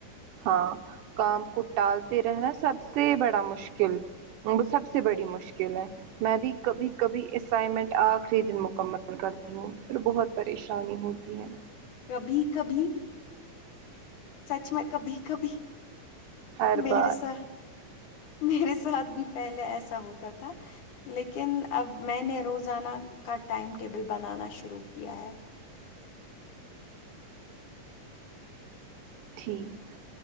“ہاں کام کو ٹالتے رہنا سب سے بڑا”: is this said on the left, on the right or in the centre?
Right